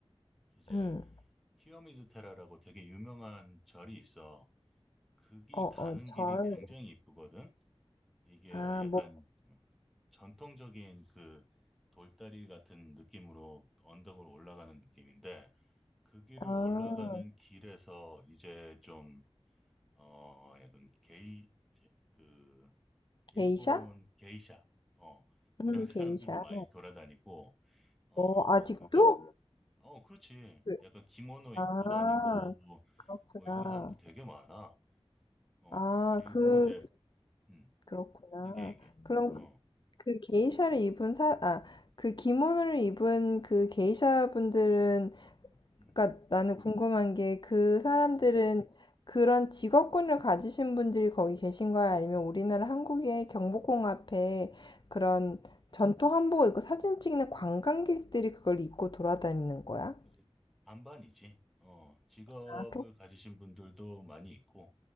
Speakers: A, in the centre; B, on the left.
A: 이제
B: 음. 음.
A: 키요미즈테라라고 되게 유명한 절이 있어. 거기
B: 어, 어,
A: 가는
B: 절.
A: 길이 굉장히 이쁘거든. 이게
B: 아,
A: 약간
B: 뭐,
A: 전통적인 그 돌다리 같은 느낌으로 언덕을 올라가는 느낌인데 그 길을
B: 아,
A: 올라가는 길에서 이제 좀, 어, 약간 게이, 게- 그, 일본
B: 게이샤?
A: 게이샤, 어, 이런
B: 음,
A: <laughs>
B: 게이샤.
A: 사람들도 많이 돌아다니고, 어,
B: 어, 아직도?
A: 그다, 어, 그렇지.
B: 그,
A: 약간 기모노 입고
B: 아,
A: 다니고, 뭐,
B: 그렇구나.
A: 뭐 이런 사람들 되게 많아. 어,
B: 아,
A: 그리고
B: 그,
A: 이제, 음,
B: 그렇구나.
A: 이게, 이게,
B: 그럼
A: 어,
B: 그 게이샤를 입은 사, 아, 그 기모노를 입은 그 게이샤 분들은
A: 음,
B: 그러니까 나는 궁금한 게 그 사람들은
A: 음,
B: 그런 직업군을 가지신 분들이 거기 계신 거야? 아니면 우리나라 한국의 경복궁 앞에 그런
A: 음,
B: 전통 한복을 입고 사진 찍는 관광객들이 그걸 입고 돌아다니는 거야?
A: 이제 반반이지. 어, 직업을
B: 아,
A: 가지신 분들도 많이 있고,